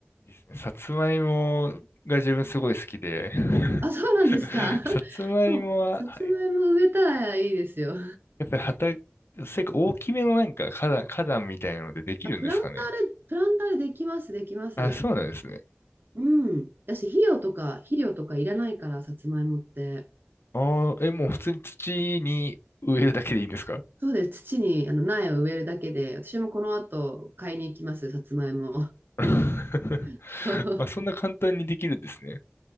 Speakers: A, on the left; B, on the right.
A: いいですね。さつまいもが自分すごい好きで、
B: あ、そうなんですか。
A: <laughs>
B: <laughs>
A: さつまいもは、
B: でもう、さつまいも植えたらいいですよ。
A: はいやっぱり畑、せっか大きめのなんか花壇、花壇みたいなのでできるんですかね。
B: <laughs> あ、プランターで、プランターでできます、できます。
A: あ、そうなんですね。
B: うん。だし、肥料とか、肥料とかいらないから、さつまいもって。
A: ああ、え、もう普通に土に植えるだけでいいんですか
B: そうです。土にあの苗を植えるだけで、私もこの後買いに行きます、さつまいも。
A: <laughs>
B: <laughs>
A: まあ、そんな簡単にできるんですね。